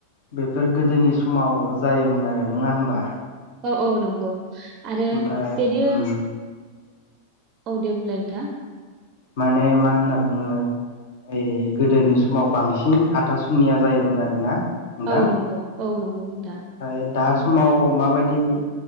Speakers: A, on the left; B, on the right.
A: बेफोर गोदोनि समाव जायोमोन आरो नङा होमबा?
B: औ औ नंगौ। आरो
A: ओमफ्राय
B: बेनि
A: उम
B: औ दे बुंलाय नोंथां।
A: माने मा होनना बुङो ओइ गोदोनि समाव बांसिन हाथासुनिया जायोमोन आरोना? नोंथां
B: औ नंगौ। औ नंगौ। नोंथां
A: ओमफ्राय दास समाव माबायदि